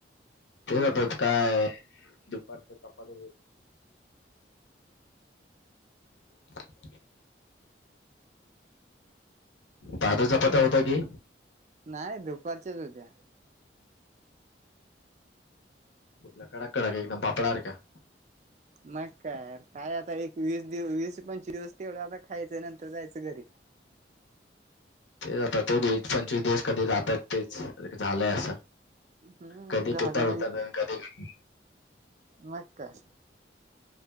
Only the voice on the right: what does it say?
हम्म
नाय दुपारच्याच होत्या.
नाय कार काय आता एक- वीस दिव वीस- पंचवीस दिवस तेवढं आता खायचंय नंतर जायचं घरी.
हम्म
झालं
मगं का?